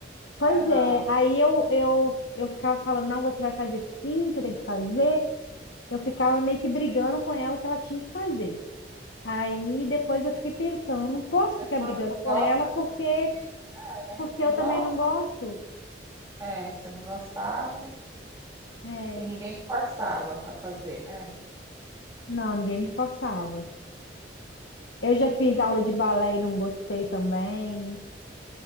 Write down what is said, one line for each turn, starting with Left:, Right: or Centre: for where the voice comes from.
Right: amiga?
Left: pois
Right: não.
Left: é, aí eu, eu, eu ficava falando, não, você vai fazer sim, você tem que fazer. eu ficava meio que brigando com ela que ela tinha que fazer. Aí depois eu fiquei pensando, não posso
Right: Mas
Left: ficar
Right: quando
Left: brigando com
Right: gosta,
Left: ela porque
Right: não tem jeito, né?
Left: porque
Right: Não
Left: eu também
Right: gosta?
Left: não gosto.
Right: É, você não gostava
Left: É,
Right: e ninguém te forçava para fazer, né? amiga?
Left: não, ninguém me forçava. Eu já fiz aula de balé e não gostei também.